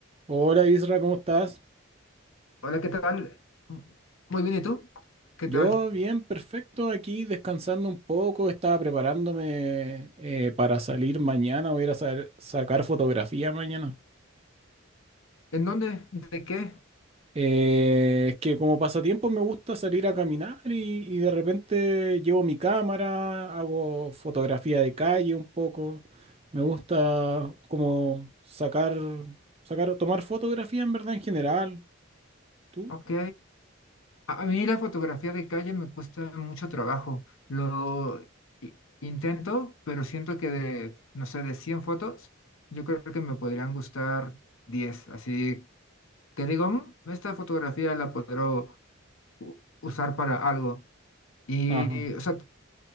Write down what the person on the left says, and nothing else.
Hola, ¿qué tal? Muy bien, ¿y tú? ¿Qué
tal?
¿En dónde? ¿De qué?
Ok. A, a mí la fotografía de calle me cuesta mucho trabajo. Lo i- intento, pero siento que de, no sé, de 100 fotos, yo creo que me podrían gustar 10. Así que digo, "Mm, esta fotografía la podré u- usar para algo. Y,
o sea,